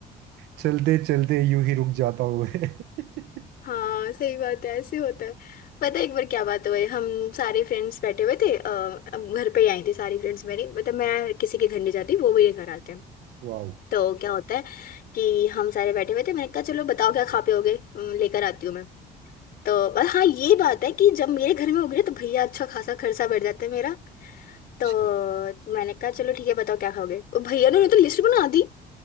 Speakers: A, on the right; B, on the left.
A: चलते चलते यूं ही रुक जाता हूँ मैं <laughs>
B: हाँ सही बात है ऐसे होता है पता है एक बार क्या बात हुई हम सारे फ्रेंड्स बैठे हुए थे अ, हम घर पे ही आई थी सारी फ्रेंड्स मेरी मतलब मैं किसी के घर नहीं जाती वो मेरे घर आते हैं
A: वाह
B: तो क्या होता है कि हम सारे बैठे हुए थे मैंने कहा चलो बताओ क्या खा पे होगे अम, लेकर आती हूँ मैं तो और हाँ ये बात है कि जब मेरे घर में होगी ना तो भैया अच्छा खासा खर्चा बढ़ जाता है मेरा
A: अच्छा
B: तो मैंने कहा चलो ठीक है बताओ क्या खाओगे और भैया ने उन्होंने तो लिस्ट बना दी